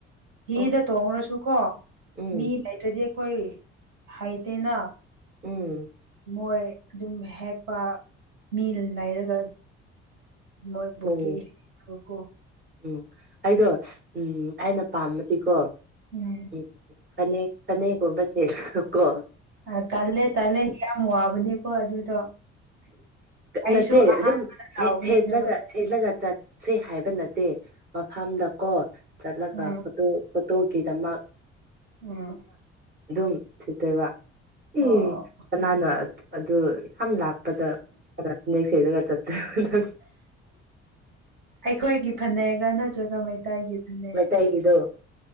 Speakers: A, on the right; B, on the right.
A: ꯍꯤꯗ
B: ꯑꯣ
A: ꯇꯣꯡ꯭ꯔꯁꯨ ꯀꯣ
B: ꯎꯝ
A: ꯃꯤ ꯂꯩꯇ꯭ꯔꯗꯤ ꯑꯩꯈꯣꯏ ꯍꯩꯇꯦꯅ
B: ꯎꯝ
A: ꯃꯣꯏ ꯑꯗꯨꯝ ꯍꯦꯛꯄ ꯃꯤ ꯂꯩꯔꯒ ꯃꯣꯏ ꯕꯨꯀꯤꯦ
B: ꯑꯣ
A: ꯈꯣꯈꯣ
B: ꯎꯝ ꯑꯩꯗꯣ ꯎꯝ ꯑꯩꯅ ꯄꯥꯃꯗꯤꯀꯣ
A: ꯎꯝ
B: ꯎ ꯁꯅꯦꯦꯛ ꯁꯅꯦꯦꯛꯒꯨꯝꯝꯕꯁꯦꯔ ꯀꯣ
A: ꯑ ꯇꯥꯜꯂꯦ ꯇꯥꯜꯂꯦ ꯌꯥꯝ ꯌꯥꯝ ꯋꯥꯕꯅꯤꯀꯣ ꯑꯗꯨꯗꯣ ꯑꯩꯁꯨ
B: ꯅꯠꯇꯦ
A: ꯑꯍꯥꯟꯕꯗ
B: ꯑꯗꯨꯝ
A: ꯇꯥꯎꯕꯅꯦ
B: ꯁꯦꯠꯂꯒ
A: ꯑꯗꯨꯃꯥꯏꯅ
B: ꯁꯦꯠꯂꯒꯠ ꯆꯠ ꯁꯤ ꯍꯥꯏꯕ ꯅꯠꯇꯦ ꯃꯐꯝꯗ ꯀꯣ ꯆꯠꯂꯒ
A: ꯎꯝ
B: ꯐꯣꯇꯣ ꯇꯣꯀꯦꯗꯃ
A: ꯎꯝ
B: ꯑꯗꯨꯝ ꯁꯤꯠꯇꯣꯏꯕ ꯏ
A: ꯑꯣ ꯑꯣ
B: ꯀꯅꯥꯅꯣ ꯑꯗꯨ ꯌꯥꯝ ꯅꯦꯛꯁꯒꯠ ꯆꯦ
A: ꯑꯩꯈꯣꯏꯒꯤ ꯐꯅꯦꯛꯒꯥ ꯅꯠꯇ꯭ꯔꯒ ꯃꯩꯇꯩꯒꯤ ꯐꯅꯦꯛ
B: ꯃꯩꯇꯩꯒꯤꯗꯣ